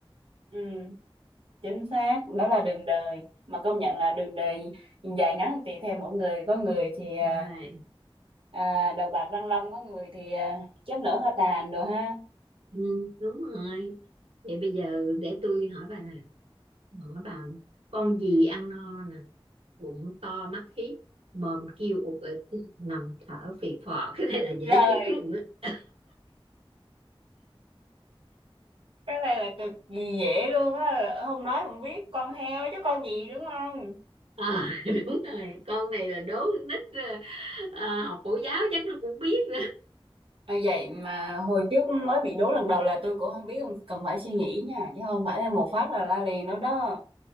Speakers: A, on the right; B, on the right.
A: ừ, chính xác đó là đường đời mà công nhận là đường đời dài ngắn tùy theo mỗi người có người thì à,
B: đúng rồi
A: à, đầu bạc răng long có người thì à, chớp nở hơi tàn đồ ha
B: ừ, đúng rồi vậy bây giờ để tôi hỏi bà nè hỏi bà con gì ăn no nè bụng to mắt hiếp mồm kêu ụt ịt nằm thở phì phò <laughs> cái này là dễ
A: trời
B: chết luôn á
A: cái này là cực kỳ dễ luôn á không nói không biết con heo chứ con gì đúng không
B: à, <laughs> đúng rồi con này là đố con nít ờ, ờ, học mẫu giáo chắc nó cũng biết
A: À, vậy mà hồi trước mới bị đố lần đầu là tôi cũng không biết không cần phải suy nghĩ nha chứ không phải là một phát là la liền đâu đó